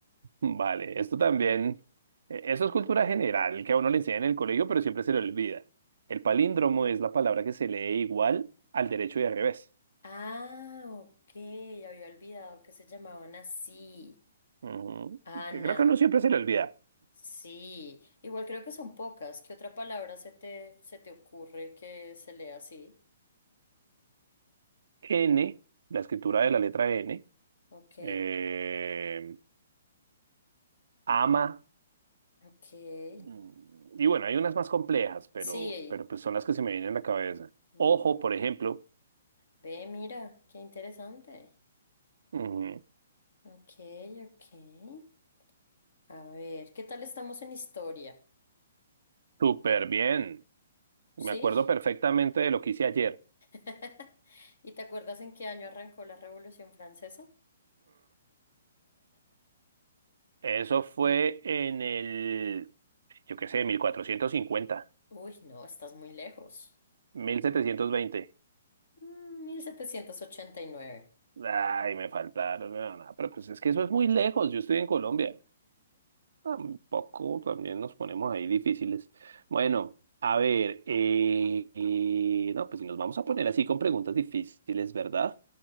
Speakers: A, on the right; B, on the left.
A: vale. Esto también, eh, eso es cultura general que a uno le enseñan en el colegio, pero siempre se le olvida. El palíndromo es la palabra que se lee igual al derecho y al revés.
B: Ah, ok, había olvidado que se llamaban así.
A: Ujú.
B: Ana.
A: Que Creo que a uno siempre se le olvida.
B: Sí, igual creo que son pocas. ¿Qué otra palabra se te, se te ocurre que se lea así?
A: N, la escritura de la letra N.
B: Ok,
A: eh, ama.
B: ok.
A: Mm, Y bueno, hay unas más complejas, pero,
B: Sí.
A: pero pues son las que se me vienen a la cabeza.
B: Mm,
A: Ojo, por ejemplo.
B: ve, mira, qué interesante.
A: Ujú.
B: Ok, ok. A ver, ¿qué tal estamos en historia?
A: Súper bien. Me
B: ¿Sí?
A: acuerdo perfectamente de lo que hice ayer.
B: <laughs> ¿Y te acuerdas en qué año arrancó la Revolución Francesa?
A: Eso fue en el, yo qué sé, mil mil cuatrocientos cincuenta,
B: Uy, no, estás muy lejos.
A: mil setecientos veinte.
B: Mm, mil setecientos ochenta y nueve.
A: Ay, me faltaron. no, no, pero pues es que eso es muy lejos. Yo estoy en Colombia. Tampoco también nos ponemos ahí difíciles. Bueno, a ver, eh, eh, no, pues si nos vamos a poner así con preguntas difíciles, ¿verdad?